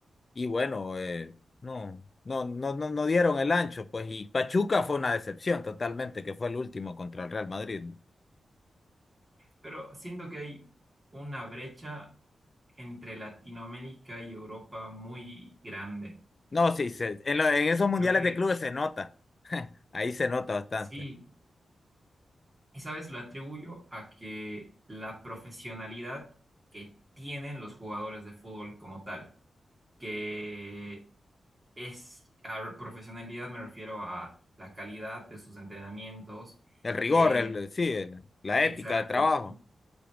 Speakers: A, on the left; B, on the right.
A: y bueno, eh, no, no, no, no, no dieron el ancho, pues, y Pachuca fue una decepción totalmente, que fue el último contra el Real Madrid. No,
B: Pero siento que hay una brecha entre Latinoamérica y Europa muy grande.
A: No, sí, se- en, lo- en esos mundiales
B: Creo que
A: de clubes se nota, ahí se nota bastante.
B: Sí, esa vez lo atribuyo a que la profesionalidad que tienen los jugadores de fútbol como tal, que es, a profesionalidad me refiero a la calidad de sus entrenamientos,
A: El rigor,
B: eh,
A: el, sí, el- la
B: exacto,
A: ética de trabajo.